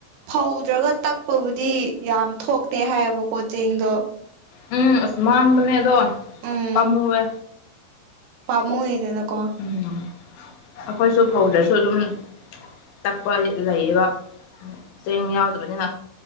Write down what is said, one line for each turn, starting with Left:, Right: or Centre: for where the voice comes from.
Right: ꯐꯧꯗ꯭ꯔꯒ ꯇꯛꯄꯕꯨꯗꯤ ꯌꯥꯝ ꯊꯣꯛꯇꯦ ꯍꯥꯏꯌꯦꯕꯀꯣ ꯆꯦꯡꯗꯣ
Left: ꯎꯝ ꯑꯁ ꯃꯥꯡꯕꯅꯦꯗꯣ ꯑꯄꯥꯃꯨꯕꯦ
Right: ꯎꯝ ꯄꯥꯝꯃꯨꯏꯗꯅꯀꯣ
Left: ꯎꯝ ꯑꯩꯈꯣꯏꯁꯨ ꯐꯧꯗꯁꯨ ꯑꯗꯨꯝ ꯇꯛꯄ ꯂꯩꯌꯦꯕ ꯆꯦꯡ ꯌꯥꯎꯗꯕꯅꯤꯅ